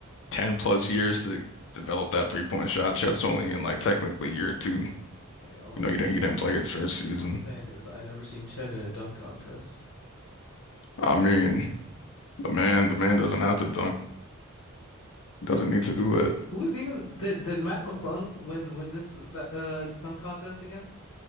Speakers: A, on the left; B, on the left.
A: ten plus years to develop that three point shot. Chaz only in like technically year two.
B: Like, all I'm
A: You know,
B: saying
A: you didn't you
B: is,
A: didn't play his first season.
B: all I'm saying is, I never seen Chet in a dunk contest.
A: I mean, the man, the man doesn't have to dunk, doesn't need to do that.
B: Who was even did did Matt McClung win win this that uh dunk contest again?